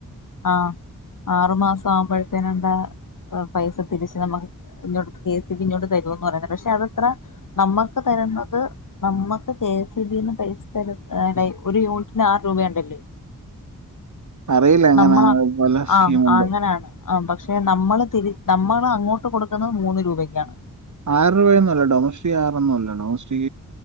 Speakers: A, on the left; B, on the right.
A: ആഹ് ആറ് മാസം ആവുമ്പഴത്തിനെന്താ പൈസ തിരിച്ച് നമ്മക്ക് ഇങ്ങോട്ട് കെ സീ ബി ഇങ്ങോട്ട് തരുവെന്ന് പറയുന്ന് പക്ഷെ അതത്ര നമ്മക്ക് തര്ന്നത് നമ്മക്ക് കെ സി ബീന്ന് പൈസ തര് ഒര് യൂണിറ്റ്ന് ആറ് രൂപയുണ്ടല്ലെ
B: അറിയില്ല എങ്ങനെയാണ്
A: നമ്മള
B: പല സ്കീമുണ്ട്.
A: ആഹ് അങ്ങനേണ് ആഹ് പക്ഷെ നമ്മള് തിരി നമ്മള് അങ്ങോട്ട് കൊടുക്ക്ന്നത് മൂന്ന് രൂബക്കാണ്
B: ആറ് രൂബയൊന്നുല്ല ടൊമസ്റ്റി ആറൊന്നു അല്ല ടൊമസ് റ്റി